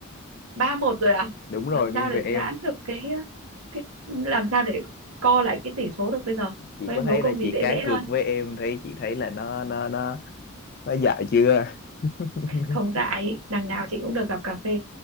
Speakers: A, on the right (about 80°); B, on the left (about 45°).
A: ba một rồi à?
B: đúng rồi
A: Làm
B: nghiêng
A: sao để
B: về em
A: giãn được cái ờ, cái làm sao để co lại cái tỷ số được bây giờ?
B: chị
A: Thôi
B: có
A: em
B: thấy
A: đố câu
B: là
A: gì
B: chị
A: dễ
B: cá
A: dễ
B: cược
A: thôi.
B: với em thấy chị thấy là nó nó nó nó dại chưa <laughs>
A: Không dại, đằng nào chị cũng được gặp cà phê.